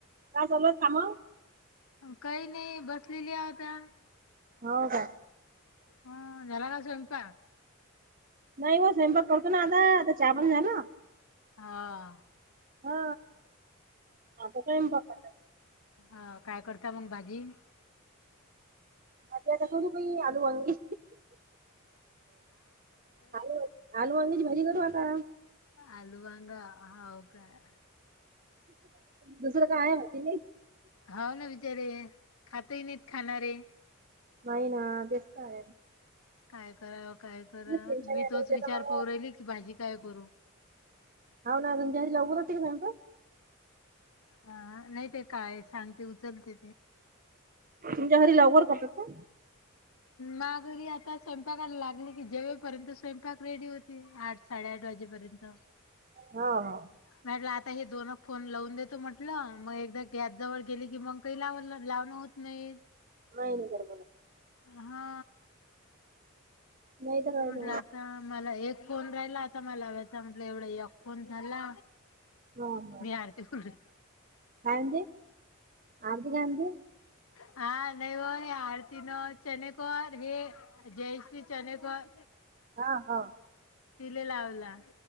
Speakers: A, on the right; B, on the left.
A: काय चालू आहे
B: <unintelligible>
A: काम
B: काही नाही बसलेली होयत्या.
A: हो का?
B: ह झाला का स्वयंपाक.
A: नाही ओ स्वयंपाक करतो ना आता आता चा पाणी झाल.
B: हा
A: हा आता स्वयंपाक.
B: हा काय करता मंग भाजी
A: भाजी आता करू बाई आलू वांगी
B: <unintelligible>
A: आलू आलू वंगेची भाजी करू आता
B: आलू वांगा होव काय?
A: दुसरं काय आहे <unintelligible> नाही.
B: हा ना बिचारे खातही नाहीत खाणारे
A: नाही ना तेच का आहेर.
B: काय करा काय करा
A: टेन्शन
B: मी
A: आहे
B: तोच
A: त्याच्या
B: विचार
A: मग
B: पौरहिली कि भाजी काय करू.
A: हो ना तुमच्या घरी लवकर होते का स्वयंपाक
B: हा नाही ते काय सांगते उचलते ते
A: तुमच्या घरी, लवकर करत का?
B: मा घरी आता स्वयंपाकाला लागले की जेवपर्यंत स्वयंपाक रेडी होते आ. साडेआठ वाजेपर्यंत
A: हो हो
B: मॅटला आता हे दोन फोन लावून देतो म्हटलं मग एकदा गॅस जवळ गेली की मग काही लाव लाव. नाही.
A: नाही नाही कर ब ना.
B: हा.
A: नाही तर काय
B: म्हटलं
A: तर.
B: आता मला एक फोन राहिला आता मला व्याचा म्हटलं एवढा एक फोन झाला.
A: हो हो
B: मी हार ते बोल.
A: काय म्हणते आरती गांधी
B: हा नयव हे आडतीनो चनकोर हे. जयश्री चनेक र
A: हा हा.
B: तिले लावला.